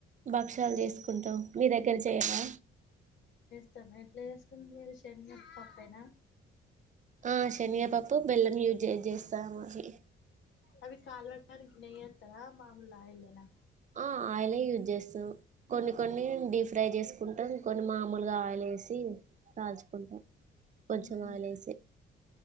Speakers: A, on the right; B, on the left.
A: భక్ష్యాలు చేసుకుంటాం మీ దగ్గర చేయార
B: మొత్తం ఎట్లా చేసుకుని మీరు చెన్న పప్పయినా
A: ఆ శనిగపప్పు బెల్లం యూజ్ చేస్తాము అవి
B: అవి కాలవనికి నెయ్యి ఎత్తర మమలా ఆయిల్ ఆ
A: ఆ ఆయిలే యూజ్ చేస్తాం కొన్ని కొన్ని డీప్ ఫ్రై చేసుకుంటాం కొన్ని మామూలుగా ఆయిల్ వసి కాల్చుకుంటాం కొంచం
B: ఊహు
A: ఆయిల్ వేసి